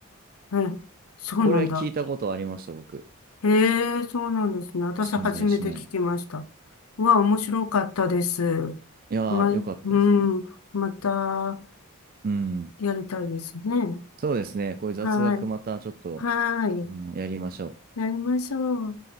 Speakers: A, on the left; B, on the right.
A: ええ、そうなんだ。
B: これ聞いたことありました、僕。
A: へえ、そうなんですね。私初めて聞きました。
B: 存在しないって。
A: うわ、面白かったです。
B: いやー、
A: ま、
B: よかったですね。
A: うん、また
B: うん。
A: やりたいですね。
B: そうですね。こういう雑学またちょっと、
A: はい。はい。
B: あの、やりましょう。
A: やりましょう。